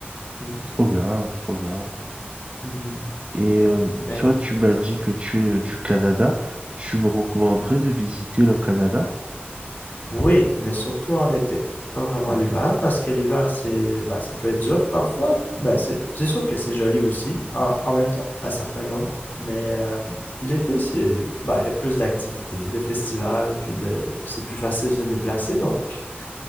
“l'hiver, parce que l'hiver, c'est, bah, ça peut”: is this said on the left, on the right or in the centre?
Left